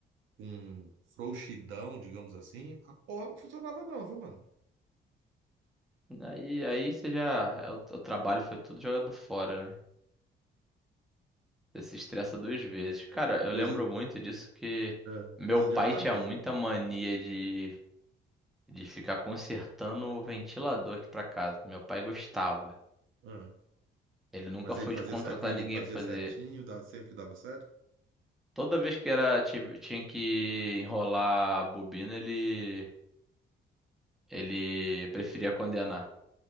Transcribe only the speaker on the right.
Com frouxidão, digamos assim, a porra não funcionava não, viu, mano?
É.
Coisa,
é,
coisa
de amador,
né?
Ah,
Mas
ele fazia,
cer- ele
fazia
certinho, dava- sempre dava certo?